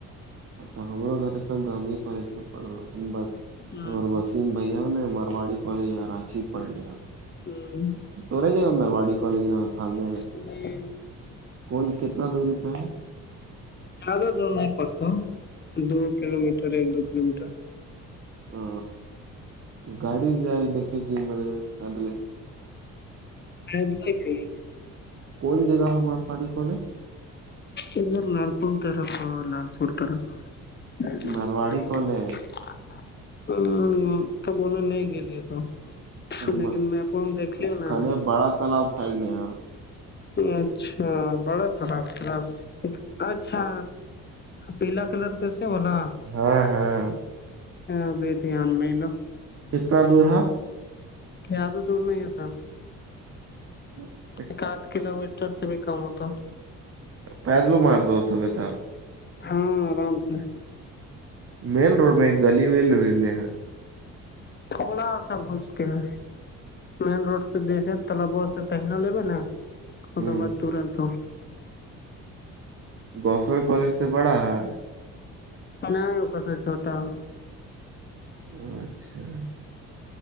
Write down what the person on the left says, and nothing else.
ہاں
ہوں
ہوں
چال تو نہیں پڑتا دو کلو میٹر ایک دو کلو میٹر
فضل تھ <unintelligible>
ادھر لال پور طرف لال پور طرف آ
<unintelligible> ہ تب انیں نہیں گ لیے تو
لیکن میپ دلی نا
اچھا بڑا خرااب خرا اچھا پیلا کلر کیسے والا
ابھی دھیان میں ہی لو
زیادہ دور نہیں ہوتا <unintelligible>
ایک آدھ کلو میٹر سے بھی کم ہوتا
ہاں آرام سے
تھوڑا سا گھس کیا ہے مین روڈ سے جیسے تب سے دہنا لے نا ا
کے بع تورت
ا کاسا چھوٹا